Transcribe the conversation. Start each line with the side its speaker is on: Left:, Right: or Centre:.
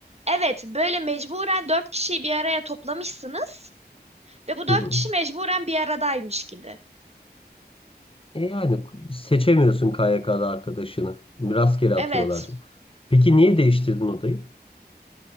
Right: evet böyle mecburen dört kişiyi bir araya toplamışsınız ve bu dört
Left: Hı hı.
Right: kişi mecburen bir aradaymış gibi.
Left: E yani seçemiyorsun KYK'da arkadaşını. Rastgele
Right: Evet.
Left: atıyorlar diye. Peki niye değiştirdin odayı?